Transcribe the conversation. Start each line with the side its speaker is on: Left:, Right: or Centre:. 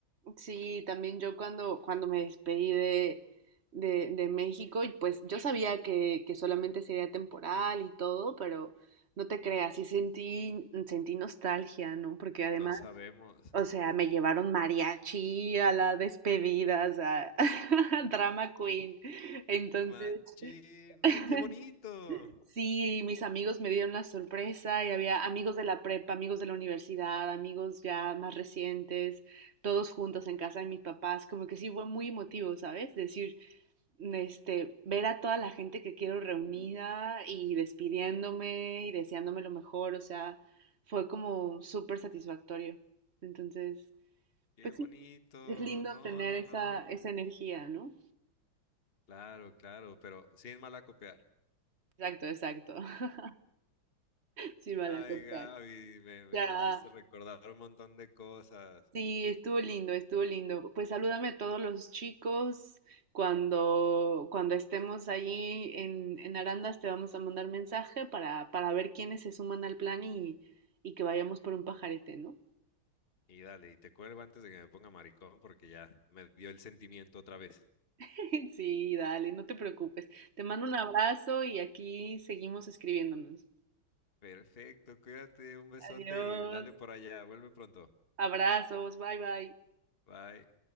Right: Sí, también yo cuando, cuando me despedí de, de, de México, y pues yo sabía que, que solamente sería temporal y todo, pero no te creas, sí sentí, sentí nostalgia, ¿no? Porque además
Left: no sabemos.
Right: O sea, me llevaron mariachi a la despedida, o sea, <laughs> drama queen. Entonces,
Left: Machín,
Right: <laughs>
Left: eh, qué bonito,
Right: sí, mis amigos me dieron la sorpresa y había amigos de la prepa, amigos de la universidad, amigos ya más recientes, todos juntos en casa de mis papás. Como que sí fue muy emotivo, ¿sabes? Decir, este, ver a toda la gente que quiero reunida y despidiéndome y deseándome lo mejor, o sea, fue como súper satisfactorio. Entonces...
Left: qué
Right: Pues
Left: bonito.
Right: sí, es lindo
Left: No,
Right: tener
Left: no,
Right: esa,
Left: no.
Right: esa energía, ¿no?
Left: Claro, claro, pero sin malacopear.
Right: Exacto, exacto. <laughs> Sí, van
Left: Ay,
Right: a contar.
Left: Gaby, me, me
Right: Ya,
Left: hiciste recordar un montón de cosas.
Right: sí, estuvo lindo, estuvo lindo. Pues salúdame a todos los chicos. Cuando, cuando estemos allí en, en Arandas te vamos a mandar mensaje para, para ver quiénes se suman al plan y, y que vayamos por un pajarete, ¿no?
Left: Y dale, y te cuelgo antes de que me ponga maricón porque ya me dio el sentimiento otra vez.
Right: <laughs> Sí, dale, no te preocupes. Te mando un abrazo y aquí seguimos escribiéndonos.
Left: Perfecto, cuídate, un besote
Right: Adiós,
Left: y dale por allá, vuelve pronto.
Right: abrazos, bye bye.
Left: Bye.